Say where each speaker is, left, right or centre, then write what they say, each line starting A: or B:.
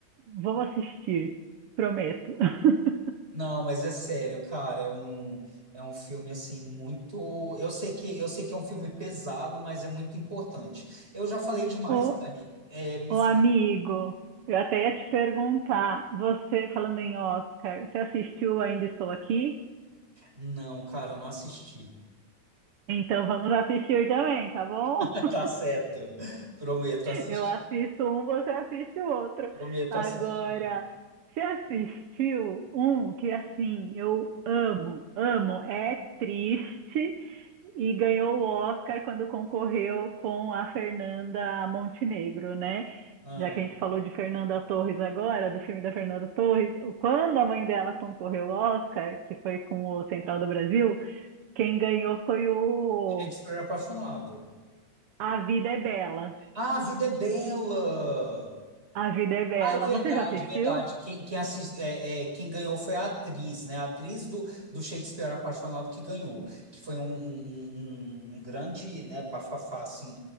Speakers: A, on the right; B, on the right.
A: vou assistir, prometo. <laughs>
B: Não, mas é sério, cara, é um é um filme assim muito, eu sei que eu sei que é um filme pesado, mas é muito importante. Eu já falei demais,
A: Ou
B: Thalita. É, me
A: Ô
B: fala.
A: amigo, eu até ia te perguntar, você falando em Oscar, você assistiu Ainda Estou Aqui?
B: Não, cara, eu não assisti.
A: Então vamos assistir também, tá bom?
B: <laughs>
A: <laughs>
B: Tá certo. Prometo assistir.
A: Eu assisto um, você assiste o outro.
B: Prometo
A: Agora,
B: assistir.
A: você assistiu um que assim, eu amo, amo, é triste e ganhou o Oscar quando concorreu com a Fernanda Montenegro, né?
B: Ah,
A: Já que a gente falou de Fernanda Torres agora, do filme da Fernanda Torres, quando a mãe dela concorreu ao Oscar, que foi com o Central do Brasil, quem ganhou foi o
B: Shakespeare é apaixonado.
A: A Vida é Bela.
B: Ah, A Vida é Bela.
A: A Vida é Bela.
B: Ah, é verdade,
A: Você já assistiu?
B: verdade. Quem, quem, assis- é, é, quem ganhou foi a atriz, né? A atriz do, do Shakespeare Apaixonado que ganhou, que foi um, um, um- um um grande, né, bafafá, assim.